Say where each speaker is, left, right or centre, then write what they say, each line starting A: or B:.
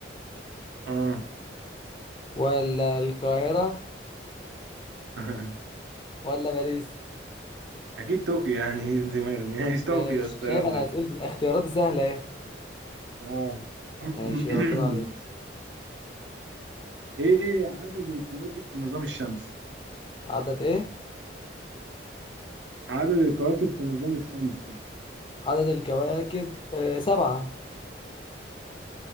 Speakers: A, on the right (about 70°); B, on the left (about 25°).
A: أه
B: ولا القاهرة
A: <laughs>
B: ولا باريس
A: أكيد طوكيو يعني <laughs> إيه الدماغ دي ماشي
B: ماشي
A: طوكيو يا اسطى
B: شايف
A: يلا
B: انا اسئلة اختياراتي سهلة ايه
A: أه <laughs>
B: ماشي يلا الدور عليك
A: <clears throat> ايه عدد الكواكب في النظام الشمسي
B: عدد ايه
A: عدد الكواكب في النظام الشمسي
B: عدد الكواكب إيه... سبعة